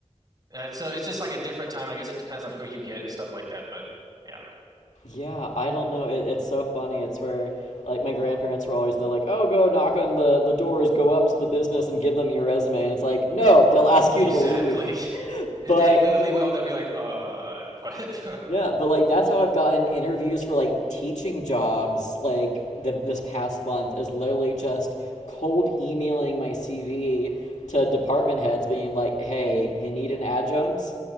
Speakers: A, on the right; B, on the left.
A: uh, so it's just like a different time. and I guess it depends on who you get and stuff like that, but yeah.
B: Yeah, I don't know. It, it's so funny. It's where like my grandparents were always they're like, "Oh, go knock on the the doors, go up to the business and give them your resume." And it's like, "No, they'll ask you
A: Exactly.
B: to leave."
A: <laughs> They
B: But
A: literally will. They'll be like, "Uh, <laughs> what?" <laughs>
B: yeah, but like that's how I've gotten interviews for like teaching jobs like th this past month is literally just cold emailing my CV to department heads being like, "Hey, you need an adjunct?